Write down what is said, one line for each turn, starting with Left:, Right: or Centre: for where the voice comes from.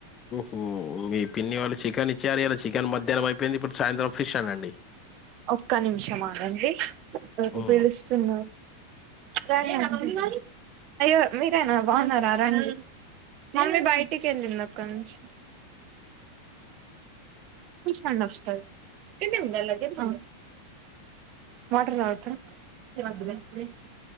Left: ఓహోహ మీ పిన్ని వాళ్ళు చికెన్ ఇచ్చారు ఇలా చికెన్ మధ్యాహ్నం అయిపోయింది ఇప్పుడు సాయంత్రం ఫిష్ అనండి
Right: ఒక్క నిమిషమానండి
Left: హ్మ్.
Right: పిలుస్తున్నారు రాణ అయ్యో మీరేనా బాగున్నారా రాణి మమ్మీ బయటికి వెళ్ళంది అక్క నుంచి విషాల వస్త ఇది ఉందలాగే త వాటర్ తగ్గుతారు